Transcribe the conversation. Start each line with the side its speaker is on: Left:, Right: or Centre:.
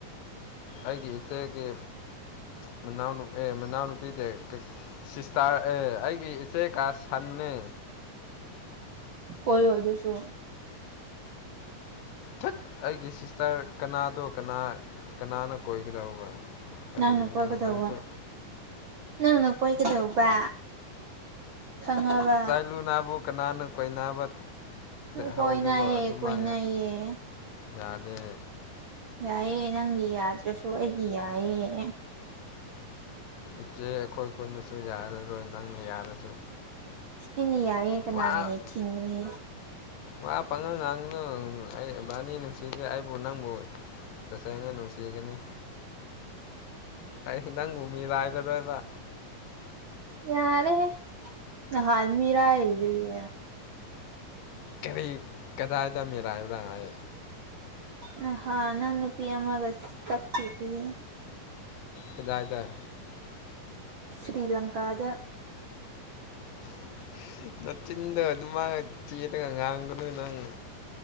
Left: ꯑꯩꯒꯤꯗ‌ꯣ ꯏꯆꯦꯒꯤ ꯃꯅꯥꯎ ꯑꯦ ꯃꯅꯥꯎꯅ ꯄꯤꯇ <unintelligible> ꯁꯤꯁꯇꯥꯔ ꯑꯦ ꯑꯩꯒꯤ ꯏꯆꯦ ꯀ ꯁꯟꯅꯦ
Right: ꯀꯣꯏ ꯑꯣ ꯑꯗꯨꯁꯨ
Left: ꯏꯊꯠ ꯑꯩꯒꯤ ꯁꯤꯁꯇꯔ ꯀꯅꯥꯗꯣ ꯀꯅꯥ ꯀꯅꯥꯅ ꯀꯣꯏꯒꯗꯧꯕ ꯀꯔꯤꯅꯣ
Right: ꯅꯪꯅ ꯀꯣꯏꯒꯗꯧꯕ
Left: ꯅꯪꯁꯨ
Right: ꯅꯪꯅ ꯀꯣꯏꯒꯗꯧꯕ ꯈꯪꯉꯕ
Left: ꯆꯠꯂꯨ ꯅꯥꯕꯨ ꯀꯅꯥꯅ ꯀꯣꯏ ꯅꯥꯕ
Right: ꯀꯣꯏꯅꯩꯌꯦ
Left: ꯍꯧ ꯗꯧꯗꯕ ꯑꯗꯨ
Right: ꯀꯣꯏꯅꯩꯌꯦ
Left: ꯃꯥ ꯌꯥꯗꯦ
Right: ꯌꯥꯏꯑꯦ ꯅꯪꯒꯤ ꯌꯥꯗ꯭ꯔꯁꯨ ꯑꯩꯒꯤ ꯌꯥꯏꯌꯦ
Left: ꯏꯆꯦ ꯑꯩꯈꯣꯏ ꯀꯨꯟꯗꯁꯨ ꯌꯥꯔꯔꯣꯏ ꯅꯪꯅ ꯌꯥꯔꯁꯨ
Right: ꯑꯦꯅꯦ ꯌꯥꯔꯦ ꯀꯅꯥꯅꯤ
Left: ꯋꯥ
Right: ꯊꯤꯡꯒꯅꯤ
Left: ꯋꯥ ꯄꯥꯉꯪ ꯉꯥꯡꯅ ꯑꯩ ꯏꯕꯥꯅꯤ ꯅꯨꯡꯁꯤꯖꯦ ꯑꯩꯕꯨ ꯅꯪꯕꯨ ꯇꯁꯦꯡꯅ ꯅꯨꯡꯁꯤꯒꯅꯤ ꯑꯩ ꯅꯪꯕꯨ ꯃꯤꯔꯥꯏꯔꯔꯣꯏꯕ
Right: ꯌꯥꯔꯦꯍ‌ꯦ ꯅꯍꯥꯟꯃꯤꯔꯥꯏꯔꯤꯗꯨꯅꯤ
Left: ꯀꯔꯤ ꯀꯗꯥꯏꯗ ꯃꯤꯔꯥꯏꯕꯔ ꯍꯥꯏ
Right: ꯅꯍꯥꯟ ꯅꯪ ꯅꯨꯄꯤ ꯑꯃꯒ ꯆꯠꯈ‍꯭ꯔꯗꯤ
Left: ꯀꯗꯥꯏꯗ
Right: ꯁꯔꯤ ꯂꯪꯀꯥꯗ
Left: <unintelligible> ꯅꯆꯤꯟꯗ ꯑꯗꯨꯃꯥꯏꯅ ꯆꯤꯔꯒ ꯉꯥꯡꯒꯅꯨ ꯅꯪ